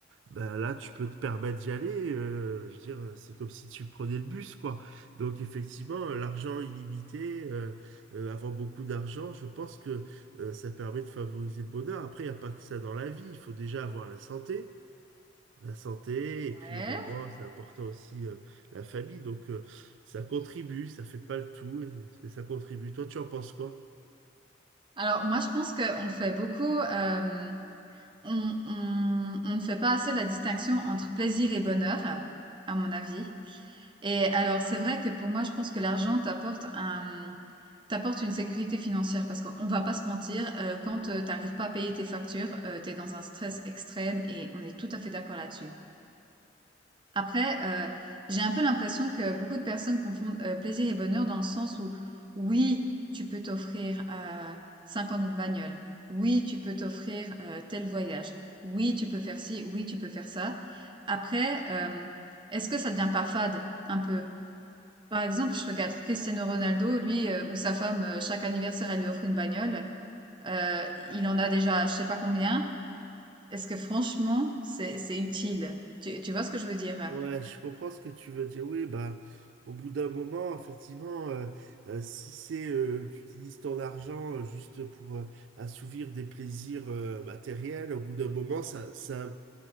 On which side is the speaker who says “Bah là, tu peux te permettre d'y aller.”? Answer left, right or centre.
Right